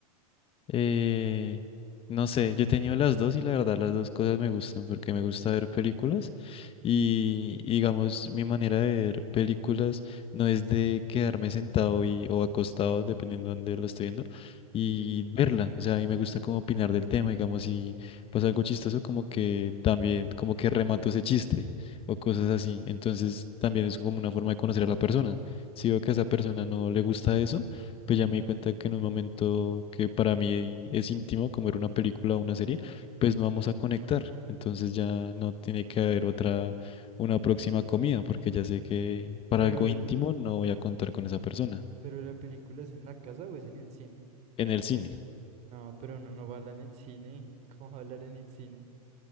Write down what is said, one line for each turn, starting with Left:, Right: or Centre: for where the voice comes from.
Left: Eh, no sé, yo he tenido las dos y la verdad las dos cosas me gustan porque me gusta ver películas y y digamos mi manera de ver películas no es de quedarme sentado y, o acostado, dependiendo de dónde lo estoy viendo, y
Right: Ok.
Left: verla. O sea, a mí me gusta como opinar del tema, digamos, si pasa algo chistoso como que también como que remato ese chiste o cosas así. Entonces también es como una forma de conocer a la persona. Si veo que a esa persona no le gusta eso, pues ya me di cuenta que en un momento que para mí es íntimo, como era una película o una
Right: Sí.
Left: serie, pues no vamos a conectar. Entonces ya no tiene que haber otra, una próxima comida, porque ya sé que para
Right: Pero,
Left: algo
Right: el-
Left: íntimo no voy a contar con esa persona
Right: pero la película es en la casa o es en el cine?
Left: en el cine.
Right: No, pero uno no va a hablar en el cine. <laughs> ¿Cómo va a hablar en el cine?